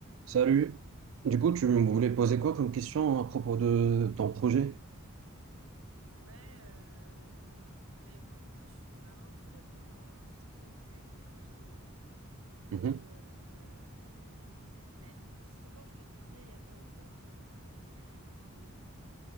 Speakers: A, on the right (about 65°); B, on the right (about 85°).
A: Salut. Du coup, tu voulais
B: Elle-
A: poser quoi comme question à propos de ton projet?
B: Ouais, euh, bah écoute, moi je suis vraiment trop nulle en tout ce qui est tech et ingénierie.
A: Mhm.
B: Et euh, bah, justement, je te disais il y a pas longtemps que mon ordi, il est vraiment nul.